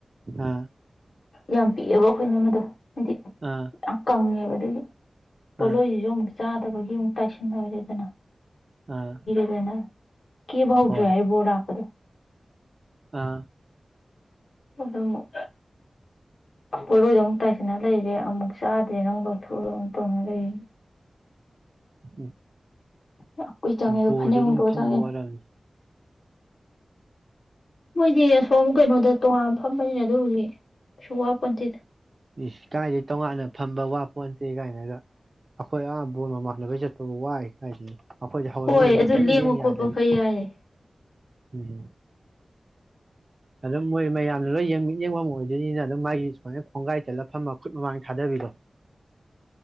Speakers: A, on the right (about 45°); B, on the left (about 75°).
A: ꯑꯥ
B: ꯌꯥꯝ ꯄꯤꯛꯑꯦꯕ ꯑꯩꯈꯣꯏꯅ ꯃꯗꯣ ꯍꯥꯏꯗꯤ
A: ꯑꯥ
B: ꯌꯥꯝ ꯀꯪꯉꯦꯕ ꯎ ꯄꯨꯣꯂꯣ
A: ꯑꯥ
B: ꯌꯣ ꯆꯥꯗꯕꯒꯤ ꯑꯃꯨꯛ ꯇꯥꯏꯁꯟꯔꯦꯗꯅ
A: ꯑꯥ
B: ꯅ ꯀ ꯥꯎꯖ
A: ꯍꯣꯏ
B: ꯣꯔꯗ ꯍꯥꯗ
A: ꯑꯥ
B: ꯑꯗꯨ ꯑꯃꯨꯛ ꯄꯣꯠꯂꯣꯏꯗ ꯑꯃꯨꯛ ꯇꯥꯏꯁꯤꯟꯅ ꯂꯩꯔꯦ ꯑꯃꯨꯛ ꯆꯥꯗ꯭ꯔꯦ ꯅꯪ ꯂꯧꯊꯣꯛꯑꯒ ꯑꯃꯨꯛ ꯇꯧꯅ ꯂꯩꯔꯤꯅꯤ
A: ꯎꯝ
B: ꯌꯥꯝ ꯀꯨꯏ ꯆꯪꯉꯦ ꯑꯗꯨꯗ
A: ꯕꯣꯔꯗ
B: ꯐꯅꯦꯛ ꯍꯨꯗꯣꯛꯒ
A: ꯑꯗꯨꯝ ꯐꯝꯕ
B: ꯆꯪꯉꯦ
A: ꯋꯥꯔꯝꯅꯤ
B: ꯃꯣꯏꯗꯤ ꯑꯁꯣꯝ ꯀꯩꯅꯣꯗ ꯇꯣꯉꯅ ꯐꯝꯕꯅꯤꯅ ꯑꯗꯨꯕꯨꯗꯤ ꯀꯩꯁꯨ ꯋꯥꯄꯟꯊꯦꯗ
A: ꯏꯁ ꯀꯥꯏꯗꯒꯤꯩ ꯇꯣꯉꯥꯟꯅ ꯐꯝꯕ ꯋꯥꯄꯣꯟꯟꯇꯦ ꯀꯥꯏꯅ ꯒ ꯑꯩꯈꯣꯏ ꯑꯍꯥ ꯕꯣꯟ ꯃꯃꯥꯟꯅꯕꯒꯤ ꯆꯠꯄꯕꯨ ꯋꯥꯏ ꯀꯗꯅꯦ ꯑꯩꯈꯣꯏꯁ ꯍꯋꯥꯏ
B: ꯍꯣꯏ
A: ꯃꯣꯏꯁꯤꯗꯤ
B: ꯑꯗꯨ
A: ꯀꯔꯤꯝ
B: ꯂꯦꯡꯕ
A: ꯂꯦꯡ
B: ꯈꯣꯠꯄ
A: ꯌꯥꯗꯒꯦ
B: ꯈꯔ ꯌꯥꯏꯌꯦ
A: ꯎꯝ ꯑꯗꯨꯝ ꯃꯣꯏ ꯃꯌꯥꯝꯅ ꯂꯣꯏ ꯌꯦꯡꯃꯤꯠ ꯌꯦꯡꯐꯝ ꯑꯣꯏꯗꯣꯏꯅꯤꯅ ꯑꯗꯨꯝ ꯃꯥꯒꯤ ꯁꯨꯃꯥꯏꯅ ꯈꯣꯡꯒꯥꯏ ꯆꯠꯂ ꯐꯃ ꯈꯨꯠ ꯃꯃꯥꯡ ꯊꯥꯗꯕꯤꯗꯣ